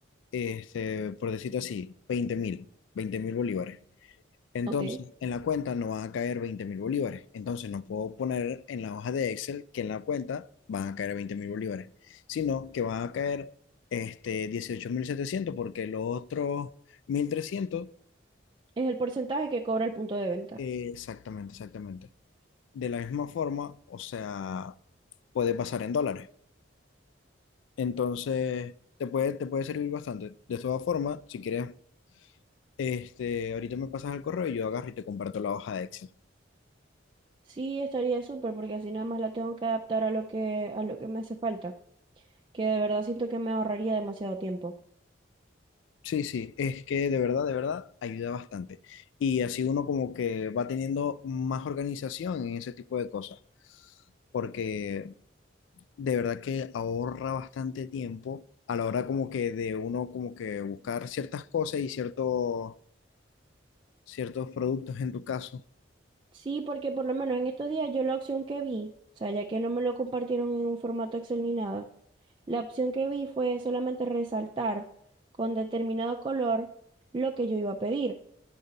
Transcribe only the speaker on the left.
este, por decirlo así, veinte mil, veinte mil bolívares. Entonces,
en la cuenta no van a caer veinte mil bolívares. Entonces, no puedo poner en la hoja de Excel que en la cuenta van a caer veinte mil bolívares, sino que van a caer este, 18.700 porque los otros 1.300,
eh, exactamente, exactamente. De la misma forma, o sea, puede pasar en dólares. Entonces, te puede, te puede servir bastante. De todas formas, si quieres, este, ahorita me pasas el correo y yo agarro y te comparto la hoja de Excel.
Sí, sí, es que de verdad, de verdad, ayuda bastante. Y así uno como que va teniendo más organización en ese tipo de cosas, porque de verdad que ahorra bastante tiempo a la hora como que de uno como que buscar ciertas cosas y ciertos, ciertos productos en tu caso.